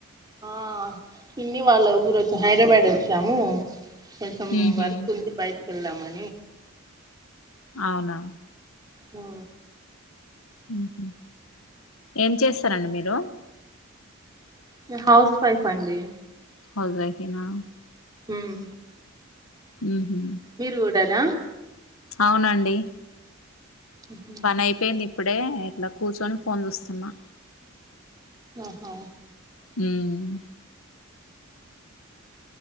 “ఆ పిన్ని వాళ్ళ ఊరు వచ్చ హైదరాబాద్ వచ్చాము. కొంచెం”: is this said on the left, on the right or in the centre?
Right